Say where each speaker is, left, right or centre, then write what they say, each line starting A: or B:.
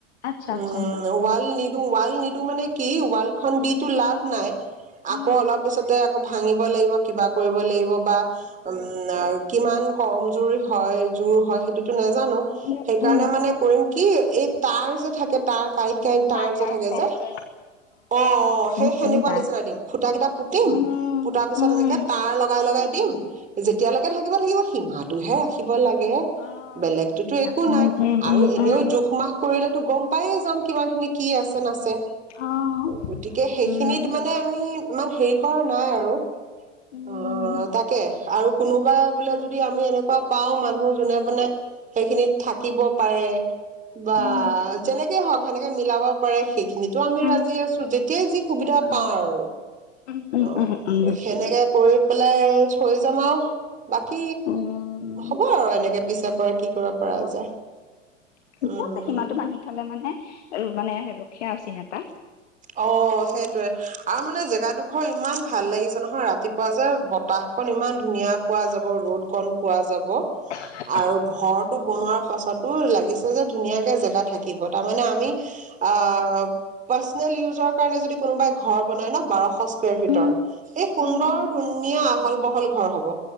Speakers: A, on the left; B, on the right.
A: আচ্ছা
B: উম।
A: আচ্ছা।
B: ওৱাল নিদো, ওৱাল নিদো মানে কি ওৱালখন দিটো লাভ নাই।
A: উম,
B: আকৌ অলপ পিছতে আকৌ ভাঙিব লাগিব কিবা কৰিব লাগিব বা উম। কিমান কমজোৰ হয় জোৰ হয় সেইটোতো নাজানো
A: উম,
B: সেইকাৰণে
A: উম,
B: মানে কৰিম কি এই তাঁৰ যে থাকে তাঁৰ কাঁইট, কাঁইট তাঁৰ
A: তাৰ
B: যে
A: তাৰ
B: থাকে
A: ফেঞ্চিং।
B: যে অ', অ',
A: ফেঞ্চিং
B: সেই সেনেকুৱা
A: তাৰ
B: নিচিনা দিম। খুঁটা কেইটা পুতিম,
A: উম,
B: পুতাৰ পিছত
A: উম।
B: এনেকে তাৰ লগ বা লগাই দিম, যেতিয়ালৈকে থাকিব থাকিব সীমাটোহে। থাকিব লাগে
A: অ',
B: বেলেগটোতো
A: বুজিলো দিয়া
B: একো
A: উম,
B: নাই
A: উম,
B: আৰু
A: উম,
B: এনেও
A: উম,
B: জোখ মাখ কৰিলেটো গম পায়ে যাম কিমানখিনি কি আছে নাছে।
A: অ',
B: গতিকে সেইখিনিত
A: উম।
B: মানে ইমান হেৰি কৰা নাই আৰু
A: উম,
B: অ'। অ', তাকে আৰু কোনোবাই বোলে যদি আমি এনেকুৱা পাওঁ মানুহ যোনে মোনে সেইখিনিত থাকিব পাৰে বা
A: উম,
B: যেনেকে হওঁক সেনেকে মিলাব পাৰে সি সেইখিনিতো আমি
A: উম,
B: ৰাজি আছোঁ যেতিয়াই যি সুবিধা
A: অ',
B: পাওঁ আৰু।
A: উম, উম,
B: অ',
A: উম, উম,
B: সেনেকে কৰি পেলাই থৈ যাম আৰু। বাকী
A: উম।
B: হ'ব আৰু এনেকে পিছৰ পৰা কি কৰিব পৰা
A: অ
B: যায়,
A: ঠিকে
B: উম।
A: আছে সীমাটো বান্ধি থ'লে মানে এ মানে <unintelligible>
B: অ', সেইটোৱে আৰু মানে জেগাডোখৰ ইমান ভাল লাগিছে নহয় ৰাতিপ পুৱা যে বতাহ কণ ইমান পোৱা যাব, ৰ'দ কণ পোৱা যাব।
A: এহেহহ
B: আৰু ঘৰটো বনোৱাৰ পাছতো লাগিছে যে ধুনীয়াকে জেগা থাকিব তাৰমানে আমি- আ পাইছেনে উজৰ কাৰনে যদি কোনোবাই ঘৰ বনাই ন বাৰশ- স্কৰ ফিটৰ
A: উম
B: এই সুন্দৰ
A: উম উম
B: ধুনীয়া আহল বহল ঘৰ হ'ব।